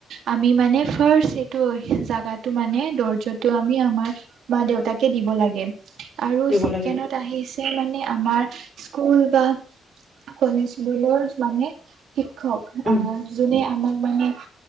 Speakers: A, on the right (about 75°); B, on the left (about 20°).
A: আমি মানে ফাৰ্ষ্ট সেইটো জাগাটো মানে দৰ্জাটো আমি আমাৰ মা দেউতা তাকে দিব লাগে আৰু
B: দিব
A: ছেকেণ্ডত
B: লাগে
A: আহিছে মানে আমাৰ স্কুল বা কলেজ বোলৰ মানে শিক্ষক
B: উম
A: আ যোনে আমাক মানে